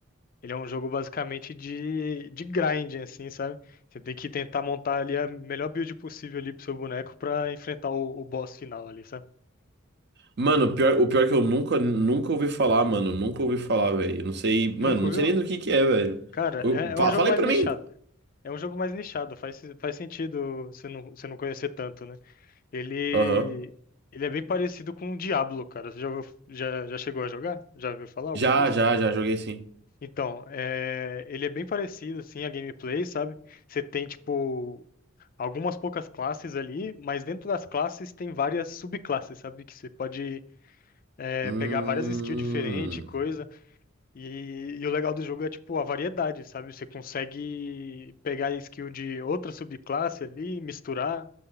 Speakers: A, on the left; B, on the right.
A: ele é um jogo basicamente de, de grinding, assim, sabe? Você tem que tentar montar ali a melhor build possível ali pro seu boneco pra enfrentar o, o boss final ali, sabe?
B: Mano, o pior, o pior é que eu nunca, nunca ouvi falar, mano. Nunca ouvi falar, velho. Eu Não sei,
A: Nunca
B: mano, não
A: viu?
B: sei nem do que que é, velho.
A: Cara,
B: Eu-
A: é, é
B: fa-
A: um jogo
B: Fala
A: mais
B: aí pra
A: nichado.
B: mim.
A: É um jogo mais nichado, faz, faz sentido você não, você não conhecer tanto, né? Ele,
B: Aham.
A: ele é bem parecido com o Diablo, cara. Você já, ouviu- já, já chegou a jogar? Já viu falar alguma
B: Já,
A: coisa?
B: já, já, joguei sim.
A: Então, é, ele é bem parecido, assim, a gameplay, sabe? Você tem, tipo, algumas poucas classes ali, mas dentro das classes tem várias subclasses, sabe? Que você pode, é,
B: Hum.
A: pegar várias skills diferentes, e coisa. E, e o legal do jogo é, tipo, a variedade, sabe? Você consegue pegar a skill de outra subclasse ali, misturar,